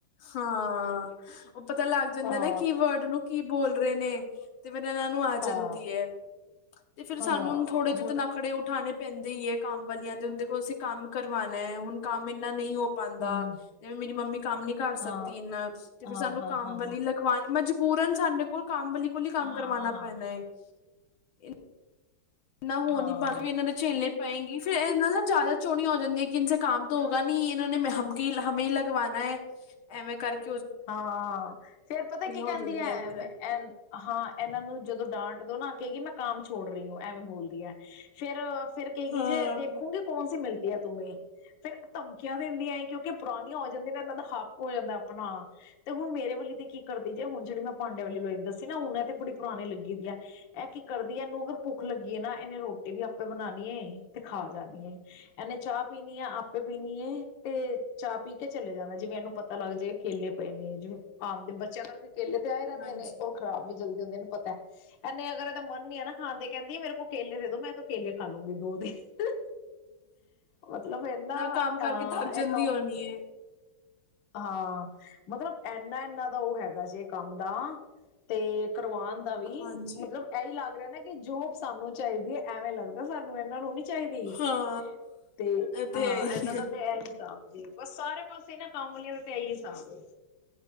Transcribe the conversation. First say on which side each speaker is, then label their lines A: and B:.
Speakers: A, on the left; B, on the left.
A: ਹਾਂ ਉਹ ਪਤਾ ਲੱਗ ਜਾਂਦੇ
B: ਹਾਂ
A: ਨੇ ਕੀ ਵਰਡ ਨੂੰ ਕੀ ਬੋਲ ਰਹੇ ਨੇ, ਤੇ ਫਿਰ ਇਹਨਾਂ ਨੂੰ ਆ ਜਾਂਦੀ
B: ਹਾਂ
A: ਹੈ ਤੇ ਫੇਰ
B: ਹਾਂ
A: ਸਾਨੂੰ ਥੋੜੇ ਜਿਹੇ
B: ਹੁਣ
A: ਤੇ ਨਖੜੇ ਉਠਾਣੇ, ਪੈਂਦੇ ਹੀਏ ਕੰਮ ਵਾਲੀਆਂ ਦੇ ਹੁਣ ਦੇਖੋ ਅਸੀਂ ਕੰਮ ਕਰਵਾਣਾ ਹੈਏ ਹੁਣ ਕੰਮ ਇੰਨਾ ਨਹੀਂ ਹੋ ਪਾਦਾ,
B: ਹੂੰ
A: ਜ ਮੇਰੀ ਮੰਮੀ ਕੰਮ ਨੀ ਕਰ ਸਕਦੀ
B: ਹਾਂ
A: ਇਨਾ ਤੇ ਫੇਰ
B: ਹਾਂ
A: ਸਾਨੂੰ
B: ਹਾਂ
A: ਕੰਮ
B: ਹਾਂ
A: ਵਾਲੀ ਲਗਵਾਣੀ ਮਜ ਪੂਰਨ ਸਾਡੇ ਕੋਲ ਕੰਮ ਵਾਲੀ ਕੋਲ ਹੀ ਕੰਮ
B: ਹਾਂ
A: ਕਰਵਾਣਾ
B: ਹਾਂ
A: ਪੈਣਾ ਐ, ਇਹ, ਇੰਨਾ ਹੋ
B: ਹਾਂ ਹਾਂ
A: ਨੀ ਪਾ ਵੀ ਇਹਨਾਂ ਦੇ ਚੇਲੇ ਪਏਂਗੀ ਫਿਰ ਮਤਲਬ ਜ਼ਿਆਦਾ ਚੋੜੀਆਂ ਹੋ ਜਾਂਦੀ ਹੈ, ਕਿ ਇਨਸੇ ਕਾਮ ਤਾਂ ਹੋਗਾ ਨੀ ਇਨੇ ਹਮੇ ਹੀ ਲਗਵਾਨਾ ਹੈ, ਐਵੇਂ ਕਰਕੇ
B: ਹਾਂ ਫੇਰ ਪਤਾ ਕੀ ਕਹਿੰਦੀ
A: ਹੋ ਜਾਂਦੀਆਂ
B: ਹੈ,
A: ਫਿਰ
B: ਹਾਂ ਇਹਨਾਂ ਨੂੰ ਜਦੋਂ ਡਾਂਟ ਦੋ ਨਾ ਕਿਹੇਗੀ ਮੈਂ ਕਾਮ ਛੋੜ ਰਹੀ ਹੂੰ, ਐਵੇਂ ਬੋਲਦੀ ਹੈ ਫੇਰ, ਫੇਰ ਕਹਿ
A: ਹਾਂਜੀ
B: ਜੇ ਦੇਖੋਗੇ ਕੌਣ ਸੇ ਮਿਲ ਤੂਮੇ ਫਿਰ, ਧਮਕੀਆਂ ਦਿੰਦੀਆਂ ਏ ਕਿਉਂਕਿ ਪੁਰਾਣੀਆਂ ਹੋ ਜਾਂਦੀਆਂ ਨੇ ਇਹਨਾਂ ਦਾ ਹੱਕ ਹੋ ਜਾਂਦਾ ਆਪਣਾ ਤੇ ਹੁਣ ਮੇਰੇ ਵਾਲੀ ਤੇ ਕੀ ਕਰਦੀ ਜੇ ਹੁਣ ਜਿਹੜੀ ਮੈਂ ਪਾਂਡੇ ਵਾਲੀ ਦੱਸੀ ਨਾ ਹੁਣ ਇਹ ਤੇ ਬੜੀ ਪੁਰਾਣੀ ਲੱਗੀ ਦੀ ਹੈ, ਇਹ ਕੀ ਕਰਦੀ ਇਹਨੂੰ ਅਗਰ ਭੁੱਖ ਲੱਗੀਏ ਨਾ ਇਹਨੇ ਰੋਟੀ ਵੀ ਆਪੇ ਬਣਾਣੀ ਏ ਤੇ ਖਾ ਜਾਣੀ ਏ ਇਹਨੇ ਚਾਹ ਪੀਣੀ ਆ ਆਪੇ ਪੀਨੀ ਏ ਤੇ ਚਾਹ ਪੀ ਕੇ ਚਲੇ ਜਾਣਾ ਜਿਵੇਂ ਇਹਨੂੰ ਪਤਾ ਲੱਗ ਜੇ ਕੇਲੇ ਪਏ ਨੇ ਜਿਵੇਂ ਆਮ ਦੇ ਬੱਚੇ ਕਰਕੇ ਕੇਲੇ ਤੇ ਆਏ ਰਹਿੰਦੇ
A: ਆਪਣਾ
B: ਨੇ ਔਰ ਖਰਾਬ ਵੀ ਜਲਦੀ ਹੁੰਦੇ ਨੇ ਲੈ ਇਹਨੇ ਅਗਰ ਇਹਦਾ ਮਨ ਨੀ ਨਾ ਖਾਣ ਦੇ ਕਹਿੰਦੀ ਆ ਮੇਰੇ ਕੋ ਕੇਲੇ ਦੇ ਦੋ ਮੈਂ ਤਾਂ ਕੇਲੇ ਖਾ ਲਓਗੇ ਦੋ ਦਿਨ ਮਤਲਬ ਇਹਨਾ
A: ਕੰਮ ਕਰਕੇ
B: ਅਹ
A: ਥੱਕ
B: ਇੱਕਮ
A: ਜਾਂਦੀ ਹੋਣੀ
B: <inaudible>
A: ਹੈ
B: ਹਾਂ ਮਤਲਬ ਇਨਾ ਇੰਨਾ ਦਾ ਉਹ ਹੈਗਾ ਜੇ ਕੰਮ ਦਾ ਤੇ ਕਰਵਾਉਣ ਦਾ ਵੀ
A: ਹਾਂਜੀ
B: ਮਤਲਬ ਇਹੀ ਲੱਗ ਰਿਹਾ ਨਾ ਕਿ ਜੋਬ ਸਾਨੂੰ ਚਾਹੀਦੀ ਹੈ ਐਵੇਂ ਲੱਗਦਾ ਸਾਨੂੰ ਇਹਨਾਂ ਨੂੰ ਨੀ ਚਾਹੀਦੀ
A: ਹਾਂ
B: ਤੇ
A: ਇਹ ਤੇ
B: ਹਾਂ
A: ਹੈ
B: ਇਹਨਾਂ ਦਾ
A: ਆ
B: ਤੇ ਇਹ ਹੀ ਹਿਸਾਬ ਜ ਸਾਰੇ ਪਾਸੇ ਨਾ ਕੰਮ ਵਾਲਿਆਂ ਦਾ ਤੇ ਇਹੀ ਹਿਸਾਬ ਏ।